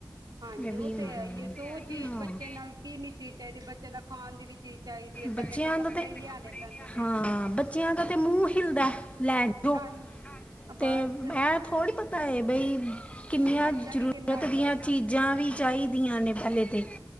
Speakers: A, on the right (about 55°); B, on the left (about 15°).
A: ਹਾਂਜੀ
B: ਇਹ ਵੀ
A: ਉਹ ਤੇ
B: ਹੁੰਦਾ
A: ਹੈ। ਹੀ ਹੈ। ਸੋ ਉਹ ਚੀਜ਼
B: ਹਾਂ
A: ਬੱਚੇ ਨਾਲ ਕਿਨੀ ਚੀਜ਼ ਚਾਹੀਦੀ ਬੱਚਿਆਂ ਨਾਲ ਖਾਣ ਦੀ ਵੀ ਚੀਜ਼ ਚਾਹੀਦੀ ਹੈ।
B: ਬੱਚਿਆਂ
A: ਪਹਿਲੇ ਤੇ ਕੱਪੜੇ
B: ਦਾ
A: ਹੀ ਲਿਆਣੇ ਪੈਂਦੇ ਨੇ
B: ਹਾਂ ਬੱਚਿਆਂ ਦਾ ਤੇ ਮੂੰਹ ਹਿਲਦਾ ਲੈ ਜੋ
A: ਹਾਂਜੀ
B: ਅਤੇ
A: ਬਸ
B: ਮੈਂ ਥੋੜ੍ਹ ਪਤਾ ਹੈ। ਬਈ ਕਿਨੀਆਂ
A: ਖਰਚਾ
B: ਜ਼ਰੂਰਤ
A: ਵੀ ਕਿੰਨਾ ਹੁੰਦਾ
B: ਦੀਆਂ ਚੀਜ਼ਾਂ ਵੀ ਚਾਹੀਦੀਆਂ ਨੇ ਪਹਿਲੇ ਤੇ